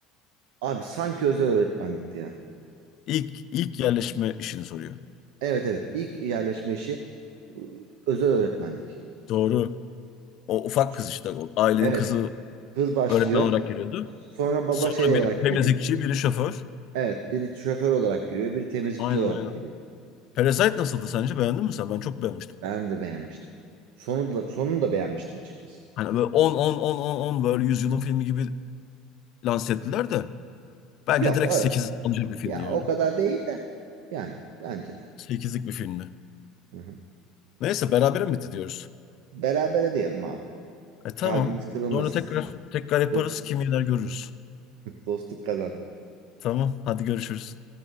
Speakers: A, on the right; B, on the left.
A: Abi sanki özel öğretmenlikti ya.
B: İlk, ilk yerleşme işini soruyor.
A: Evet evet ilk yerleşme işi ıı, özel öğretmenlik.
B: Doğru. O ufak
A: Şu-
B: kız işte. o ailenin
A: Evet
B: kızı
A: kız başlıyor.
B: öğretmen olarak geliyordu.
A: Sonra baba
B: Sonra
A: şey olarak
B: biri temizlikçi,
A: geliyor.
B: biri şoför.
A: Evet biri şoför olarak giriyor, biri temizlikçi
B: Aynen
A: olarak
B: aynen.
A: giriyor.
B: Parasite nasıldı sence? Beğendin mi sen? Ben çok beğenmiştim.
A: Ben de beğenmiştim. Sonu da, sonunu da beğenmiştim açıkçası.
B: Hani böyle 10 10 10 10 10 böyle 100 yılın filmi gibi lanse ettiler de. Bence
A: Yok
B: direkt
A: ö-
B: 8 alacak bir filmdi
A: ya
B: yani.
A: o kadar değil de yani bence de.
B: sekizlik bir filmdi.
A: Hı hı.
B: Neyse berabere mi bitti diyoruz?
A: Berabere diyelim abi.
B: E tamam.
A: Kalbimiz kırılmasın.
B: Sonra tekrar tekrar yaparız.
A: Do-
B: Kim yener görürüz.
A: Dostluk kazandı.
B: Tamam. Hadi görüşürüz.